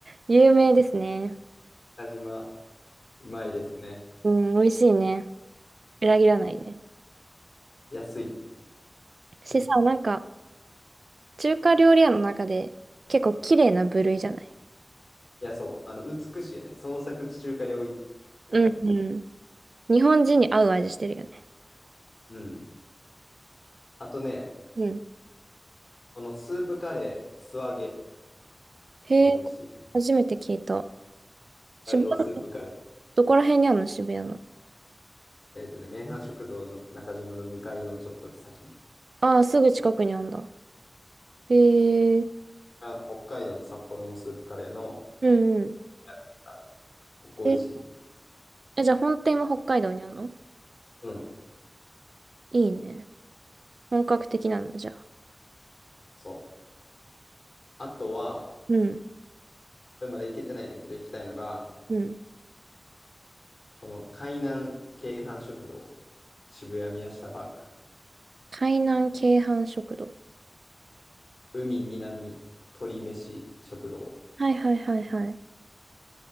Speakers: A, on the right; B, on the left.
A: 有名ですね。
B: 中島、うまいですね。
A: うん、美味しいね。裏切らないね。
B: 安い。
A: しさ、
B: 安く、
A: なんか、中華料理屋の中で結構綺麗な部類じゃない
B: いや、そう。あの、美しいよね。創作中華料理感あるよね。
A: うん、うん。日本人に合う味してるよね。
B: うん。あとね、
A: うん。
B: このスープカレー、素揚げ
A: へえ、
B: も美味しいです。
A: 初めて聞いた。
B: 北海道スープカレー。
A: 渋谷、どこら辺にあるの渋谷の。
B: えっとね、麺飯食堂の中島の向かいのちょっと先。
A: ああ、すぐ近くにあるんだ。へえ、
B: あの、北海道の札幌のスープカレーの
A: うんうん。
B: 屋がある。ここ美味しい。
A: え、えじゃあ本店は北海道にあるの
B: うん。
A: いいね。本格的なんだ、じゃあ。
B: そう。あとは、
A: うん。
B: これまだ行けてないねんけど、行きたいのが、
A: うん。
B: この海南京阪食堂、渋谷宮下パーク、
A: 海南鶏飯食堂。
B: 海南鳥飯食堂、
A: はいはいはいはい。